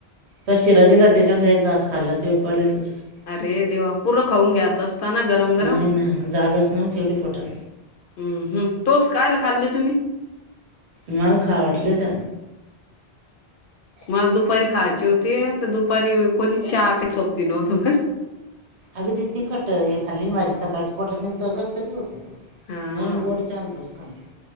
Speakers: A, on the right; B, on the left.
A: तो शिरा दिला त्याच्यातल एक घास खाल्ला त्यो पडला तसच.
B: अरे देवा पूर्ण खाऊन घ्यायचं असत ना गरम गरम.
A: नाही ना जागाच नव्हती एवढी पोटात
B: हम्म हम्म तोच काय - ला खाल्ले तुम्ही.
A: माल खा वाटले त्या.
B: मला दुपारी खायची होती तर दुपारी कोणी चहा पे सोपती नव्हत मग.
A: अग तिकी खट खाल्ली भाजी सकाळची पटतकच तरीच होत हो तो.
B: हा
A: म गोडचांतोस्कली